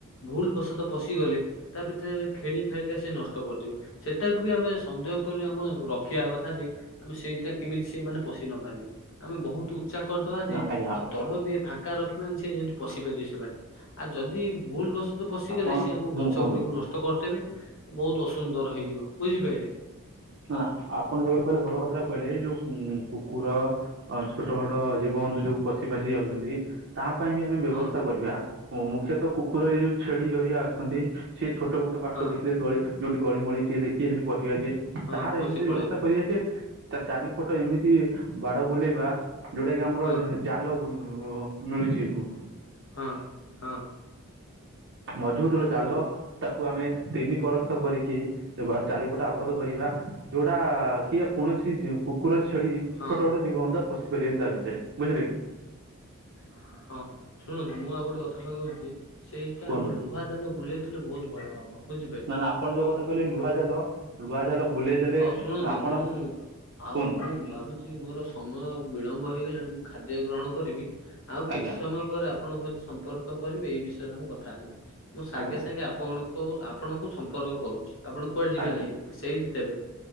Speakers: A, on the left (about 60°); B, on the right (about 55°).
A: ଭୁଲ ପ୍ରସାଦ ପଶିଗଲେ ତା ଭିତରେ ଖେଳି ଖେଳିକା ସେ ନଷ୍ଟ କରିଦେବେ ସେଟାକୁ ବି ଆମେ ସନ୍ଦେହ କରି ଆମେ ରଖିବା କଥା ଯେ ଆମେ ସେଇଟା କେମିତି ସେମାନେ ପଶି ନ ପାରିବେ ଆମେ ବହୁତ ଉଚା କରିଦବା ଯେ
B: ଆଜ୍ଞା
A: ଆଉ ତଳ ବି ଫା ଙ୍କା ରଖିବାନି ସେ ଯେମିତି ପଶି ପାରିବେ ସେ ବାଟେ ଆଉ ଯଦି ଭୁଲ ବଶ୍ ତ ପଶିଗଲେ
B: ଆପଣ
A: ସିଏ ଆମ
B: ହୁଁ
A: ଗଛ
B: କୁହନ୍ତୁ।
A: ଗୁଡିକୁ ନଷ୍ଟ କରିଦେବେ ବୋହୁତ ଅସୁନ୍ଦର ହେଇଯିବ ବୁଝିପାଇଲେ।
B: ନା ଆପଣ ଯୋଉ ଭାବରେ କହିଲେ ଭଲ କଥାଟା କୁ କହିଲେ ଏଇ ଯୋଉ ଉଁ କୁକୁର ଅଁ ଛୋଟୋ ମୋଟୋ ଜୀବ ସମନ୍ତେ ଯୋଉ ପଶି ପାଶି ଯାଉଚନ୍ତି ତା ପାଇଁ ବି ଆମେ ବ୍ୟବସ୍ଥା
A: ହଁ।
B: କରିବା ଉଁ ମୁଖ୍ୟତଃ କୁକୁରର ଏଇ ଯୋଉ ଛେଳି ହେରିକା ଅଛନ୍ତି ସେ ଛୋଟୋ ମୋଟୋ ବାଟ
A: ହଁ
B: ଦେଖିଲେ ଗଳି ଯୋଉଠି ଗଳି ମଳି ଟିକିଏ ଦେଖିବେ ସେଠି ପଶିବେ ତାହାର
A: ହଁ ପଶି
B: ଏମିତି
A: ପଳେଇବେ
B: ବ୍ୟବସ୍ଥା କରିବା ଯେ ତା ଚାରିପଟ ଏମିତି ବାଡ ବୁଲେଇବା ଯୋଉଟା କି ଆମର
A: ହଁ
B: ଜାଲ ବୁଲ ଉଁ ମିଳୁଚି ବୁ
A: ହଁ ହଁ।
B: ମଝୁବୁତର ଜାଲ
A: ମୁଁ
B: ତାକୁ ଆମେ ତିନି ପରସ୍ତ କରିକି ଦବା ଚାରିପଟା ଆ ବୋଧ କରିବା ଯୋଉଟା କିଏ କୌଣସି ଜି କୁକୁର ଛେଳି
A: ହଁ
B: ଛୋଟୋ ଛୋଟୋ ଜୀବ ମଧ୍ୟ ପଶିପାରିବେନି ତା ଭିତେରେ ବୁଝିଲେ କି?
A: <inaudible> ହଁ ଶୁଣନ୍ତୁ ମୁଁ ଆଉ ଗୋଟେ କଥା କହିଦୋଉଚି ସେଇଟା
B: କୁହନ୍ତୁ
A: ଆମେ ଲୁହା ଜାଲ ବୁଲେଇଥିଲେ ବୋହୁତ ଭଲ ହବ ବୁଝି
B: ନା ନା ଆପଣ ଯୋଉ କଥା କହିଲେ ଲୁହା ଜାଲ ଲୁହା ଜାଲ ବୁଲେଇ ଦେଲେ
A: ହୋଉ ଶୁଣନ୍ତୁ
B: ଆପଣ
A: ମୁଁ ଆଉ
B: କୁହନ୍ତୁ
A: ମୁଁ ଭାବୁଚି ମୋର ସମୟ ବିଳମ୍ବ ହେଇଗଲାଣି ମୁଁ ଖାଦ୍ୟ ଗ୍ରହଣ କରିବି ଆଉ
B: ଆଜ୍ଞା
A: କିଛି ସମୟ ପରେ ଆପଣଙ୍କ ସମ୍ ସମ୍ପର୍କ କରିବି ଏଇ ବିଷୟରେ ଆମ କଥା ହେବେ ମୁଁ ସାଙ୍ଗେ
B: ଆଜ୍ଞା
A: ସାଙ୍ଗେ ଆପଣଙ୍କୁ ଆପଣଙ୍କୁ ସମ୍ପର୍କ କରୁଛି। ଆପଣ କୁଆଡେ ଯିବେ
B: ଆଜ୍ଞା
A: ନାହିଁ ସେଇଠି ଥେବେ।